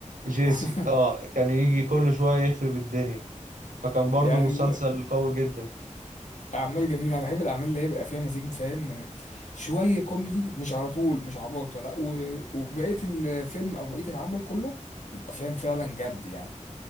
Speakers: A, on the right; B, on the left.
A: جيسي
B: <laughs>
A: اه كان يجي كل شوية يخرب الدنيا فكان برضه
B: يعني
A: مسلسل قوي جدا
B: اعمال جميله انا بحب الاعمال اللي هي بيبقى فيها مزيج فاهم من شويه كوميدي مش على طول مش عباطه لا و- وبقيه الفيلم او بقيه العمل كله يبقى فاهم فعلا جد يعني